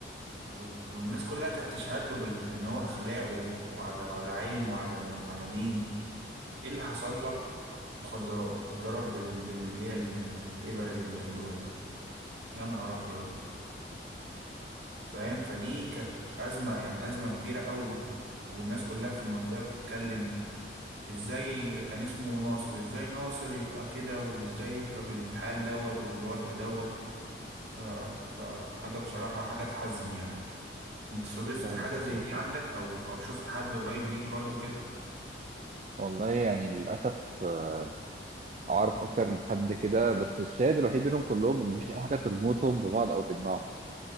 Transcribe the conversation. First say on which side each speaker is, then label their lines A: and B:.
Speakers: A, on the right; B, on the right.
A: و... والناس كلها كانت تشهد له بال... بان هو اخلاق و... وعلى وعلى علم وعلى وعلى دين ايه اللي حصل لك مخدرات اتضرب بال... باللي هي ال... الابر اللي بياخدوها دي يا نهار ابيض فاهم فدي كانت أزمة يعني أزمة كبيرة قوي والناس كلها في المنطقة بتتكلم ازاي كان اسمه ناصر ازاي ناصر يبقى كده وازاي يبقى بالحال دوت وبالوضع دوت ف... فحاجة بصراحة حاجة تحزن يعني انت صادفت
B: فاهم
A: حاجة
B: قصدك
A: زي دي
B: اه
A: عندك او او شفت حد قريب ليك برضو كده
B: والله يعني للأسف آه، أعرف أكتر من حد كده بس الشاهد الوحيد بينهم كلهم إن مفيش أي حاجة تربطهم ببعض أو تجمعهم